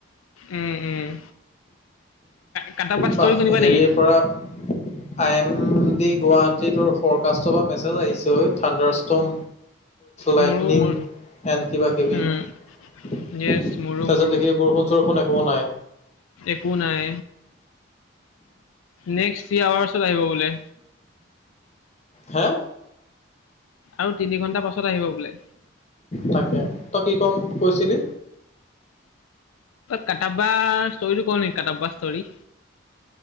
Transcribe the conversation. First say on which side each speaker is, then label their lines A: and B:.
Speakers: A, on the left (about 90°); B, on the left (about 35°).
A: উম-উম কাট বা ষ্টৰি
B: বাহ
A: শুনিবা
B: হেৰিৰ
A: নেকি?
B: পৰা আই এম ডি গুৱাহাটীটোৰ ফৰকাষ্টৰ বা মেছেজ আহিছে ঐ থঠাণ্ডাৰ ষ্টম। লাইটনিং
A: মোৰো মোৰ
B: এন কিবা-কিবি।
A: উম,
B: তাৰপিছত
A: য়েছ মোৰো মোৰো
B: দেখি বৰষুণ চৰষুণ একো নাই।
A: একো নাই। নেক্সট থ্ৰী আৱাৰ্চত আহিব বোলে।
B: হা?
A: আৰু তিনি ঘণ্টা পাছত আহিব বোলে।
B: তাকে, তই কি ক'ম কৈছিলি?
A: কাটাবা ষ্টৰি টো কও নেকি কাটাবা ষ্টৰি।